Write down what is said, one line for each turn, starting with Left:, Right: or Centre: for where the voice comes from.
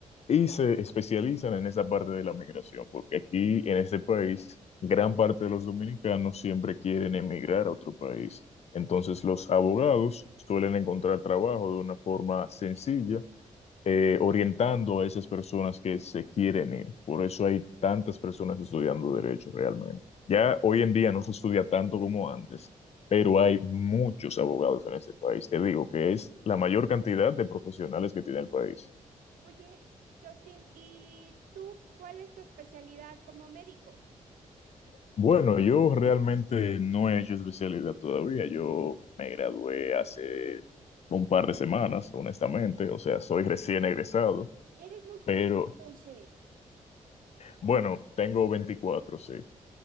Left: y se especializan en esa parte de la migración, porque aquí en este país gran parte de los dominicanos siempre quieren emigrar a otro país. Entonces los abogados suelen encontrar trabajo de una forma sencilla, eh, orientando a esas personas que se quieren ir. Por eso hay tantas personas estudiando derecho realmente. Ya hoy en día no se estudia tanto como antes, pero hay muchos abogados en este país. Te digo que es la mayor cantidad de profesionales que tiene el país.
Right: Oye, Justin, ¿y tú cuál es tu especialidad como médico?
Left: Bueno, yo realmente no he hecho especialidad todavía. Yo me gradué hace un par de semanas, honestamente. O sea, soy recién egresado,
Right: Eres muy joven,
Left: pero
Right: entonces.
Left: bueno, tengo 24, sí.